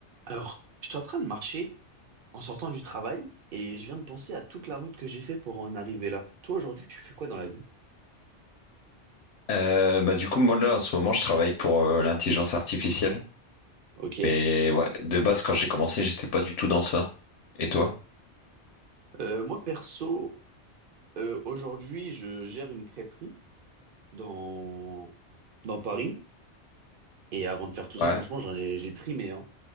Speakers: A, on the right; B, on the left.
A: Alors, j'étais en train de marcher en sortant du travail et je viens de penser à toute la route que j'ai fait pour en arriver là. Toi, aujourd'hui, tu fais quoi dans la vie?
B: Euh, bah du coup, moi là, en ce moment, je travaille pour euh, l'intelligence artificielle.
A: Ok.
B: Mais ouais, de base, quand j'ai commencé, j'étais pas du tout dans ça. Et toi?
A: Euh, moi, perso, euh, aujourd'hui, je gère une crêperie dans, dans Paris. Et avant de faire tout
B: Ouais.
A: ça, franchement, j'en ai, j'ai trimé, hein.